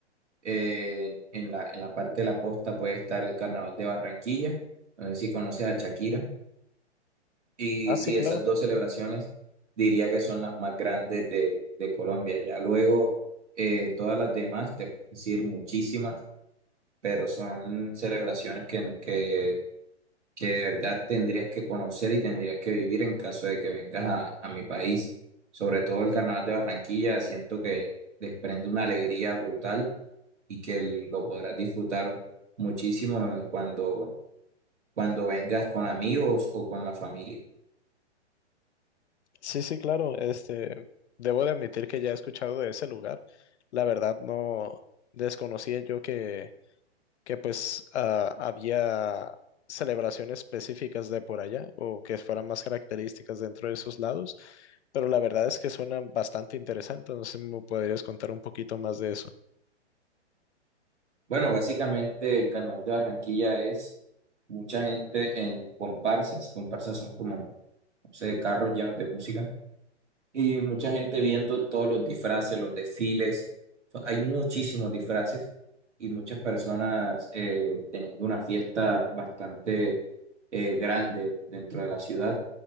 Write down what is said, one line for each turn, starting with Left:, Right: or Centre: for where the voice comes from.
Right: eh, en la, en la parte de la costa puede estar el Carnaval de Barranquilla, no sé si conoces a Shakira, y
Left: Ah, sí,
Right: sí,
Left: claro.
Right: esas dos celebraciones diría que son las más grandes de, de Colombia. Ya luego, eh, todas las demás, te puedo decir muchísimas, pero son celebraciones que, que, que de verdad tendrías que conocer y tendrías que vivir en caso de que vengas a, a mi país. Sobre todo el Carnaval de Barranquilla, siento que desprende una alegría brutal y que lo podrás disfrutar muchísimo eh, cuando, cuando vengas con amigos o con la familia.
Left: Sí, sí, claro. Este, debo de admitir que ya he escuchado de ese lugar. La verdad no desconocía yo que que pues ah, había celebraciones específicas de por allá o que fueran más características dentro de esos lados, pero la verdad es que suena bastante interesante, no sé si me podrías contar un poquito más de eso.
Right: Bueno, básicamente el carnaval de Barranquilla es mucha gente en comparsas. Comparsas son como, no sé, carros llenos de música y mucha gente viendo todos los disfraces, los desfiles. So, Hay muchísimos disfraces y muchas personas eh, teniendo una fiesta bastante eh, grande dentro de la ciudad